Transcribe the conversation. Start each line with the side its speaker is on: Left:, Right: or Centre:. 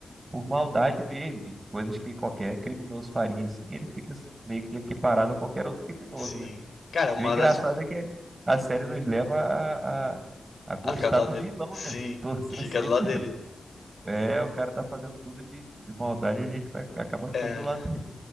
Right: por maldade mesmo, de coisas que qualquer criminoso faria assim, ele fica meio que equiparado a qualquer outro criminoso,
Left: sim.
Right: né?
Left: Cara, uma
Right: E o engraçado
Left: das
Right: é que a série nos leva a, a, a gostar
Left: a ficar do lado
Right: do
Left: dele.
Right: vilão,
Left: Sim,
Right: né? <laughs> Torcer
Left: fica
Right: sempre
Left: do lado dele.
Right: é, o cara tá fazendo tudo de, de maldade e a gente vai- acaba ficando
Left: É.
Right: do lado dele.